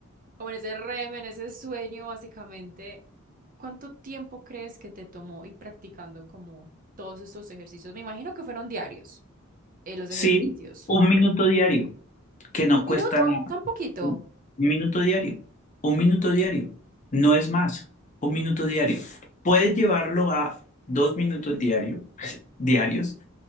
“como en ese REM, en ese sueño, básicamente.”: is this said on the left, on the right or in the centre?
Right